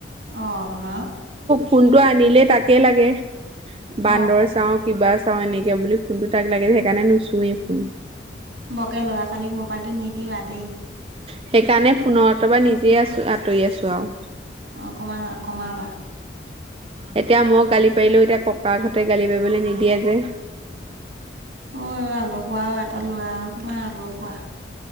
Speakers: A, on the right (about 65°); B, on the right (about 30°).
A: অহতোন।
B: ফোনটো আনিলে তাকে লাগে বান্দৰ
A: অ
B: চাওঁ কিবা চাও। চাও এনেকিয়া বুলি ফোনতটো তাক লাগে যে সেইকাৰণে নুচোয়েই ফোন।
A: বকে ল'ৰা ছোৱালীক মোবাইলতটো নিদিবা দেই।
B: সেইকাৰণে ফোনৰ পৰা নিজে আছো আঁতৰি আছো আৰু।
A: অ কম কমাবা, কমাবা।
B: এতিয়া মই গালি পাৰিলেও এতিয়া ককা আ হতে গালি পাৰিবলৈ নিদিয়ে যে।
A: অ আলহুৱ আৰু এটা লৰা আৰু কিমান আলহসুৱা।